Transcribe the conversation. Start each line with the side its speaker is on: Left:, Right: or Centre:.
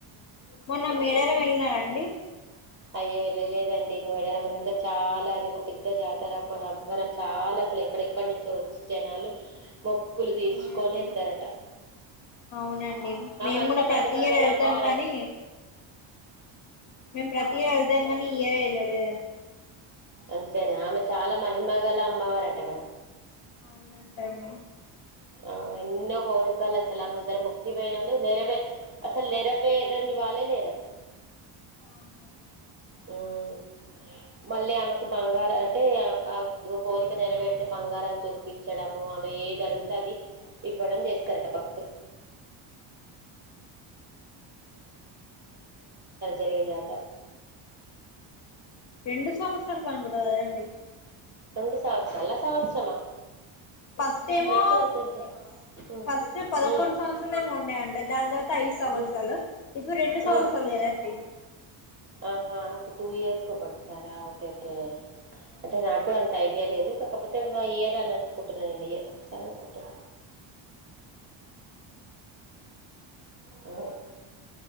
Left: మొన్న మేడారం వెళ్ళినారా ఆండీ
Right: అయ్యో వెళ్ళలేదండి మేడారం అందర్ చాలా అది ఒక పెద్ద జాతర అబ్బ సంబరం చాలా అసల్క్ అక్కడెక్కడి నుంచో వచ్చి జనాలు మొక్కులు తీర్చుకొని
Left: అవునండి
Right: వెళ్తారట
Left: అవునండి మేము
Right: ఆమంతా
Left: కూడా ప్రతి
Right: మహిమగల
Left: ఇయర్ వెళ్తాం
Right: అమ్మవారట
Left: గానీ మేము ప్రతి అర్థం గానీ ఈ ఇయర్ వెళ్ళలేదండి
Right: అంతేనా ఆమె చాలా మహిమ గల అమ్మవారట కదా
Left: అవునంటండి
Right: ఆ ఎన్నో కోరికలు అసలు ఆ ముద్దర ముక్కిపోయినాలు నరవే అసలు నెరవేరనివల్లే లేరట
Left: ఆహా
Right: ఉమ్ మళ్ళీ ఆమెకు బంగార అంటే ఆవ్ కోరిక నెరవెర్తే బంగారాలు చొప్పించడము ఆమె ఏ జడుగతది ఇవ్వడం చేస్తారట భక్తుల్ జరిగే జాతర
Left: రెండు సంవత్సరాలు కనపడవు కదా అండి
Right: రెండు సంవత్సరల సంవత్సరమా
Left: ఫస్ట్ ఏమో
Right: నాకు కూడా అంత
Left: ఎ
Right: ఉమ్
Left: ఫస్ట్ పదకొండ్
Right: ఉమ్
Left: సంవత్సర్ ఏమో ఉండే అం దాని తర్వాత ఐదు సంవత్సరాలు
Right: ఉమ్
Left: ఇప్పుడు రెండు సంవత్సరాలు
Right: ఆ
Left: కదండి
Right: ఆహా ఇప్పుడు టూ ఇయర్స్కి ఒకట్ సారా ఓకే ఓకే.
Left: అవునండి
Right: అంటే నాకు కూడా అంత ఐడియా లేదు కాకపోతే ఇయర్ అని అనుకుంటున్నాను నేను ఇయర్ క ఒకసారి అనుకుంటున్న. ఆ